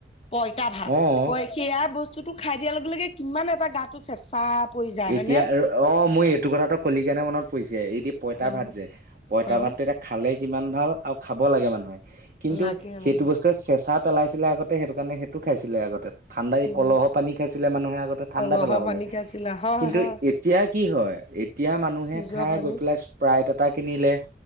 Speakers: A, on the left; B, on the right.
A: পইতা, ভাত
B: অ
A: ক সেয়া বস্তুটো খাই দিয়াৰ লগে লগে কিমান এটা গাটো চেঁচা- পৰি যায়
B: এতিয়া
A: হয়নে
B: অ মই এইটো কথাটো কল কেণে মনত ফুছে এইদি পঁইতা
A: অ
B: ভাত যে পইতা
A: অ
B: ভাতটো এতিয়া খালেই কিমান ভাল আৰু খাব লাগে মানুহে কিন্তু
A: লাগে
B: সেইটো
A: লাগে
B: বস্তুৱে চেঁচা পেলাইছিলে আগতে সেইটো কাৰণে সেইটো খাইছিলে আগতে ঠাণ্ডাই
A: উম
B: কলহ, পানী খাইছিলে মানুহে আগতে ঠাণ্ডা,
A: কলহৰ
B: পেলাবলৈ
A: পানী খাইছিলা হয়
B: কিন্তু
A: হয়
B: এতিয়া। কি হয় এতিয়া মানুহে
A: ফ্ৰিজৰ
B: খাই
A: পানী
B: গৈ পেলাই স্প্ৰাইট এটা কিনিলে-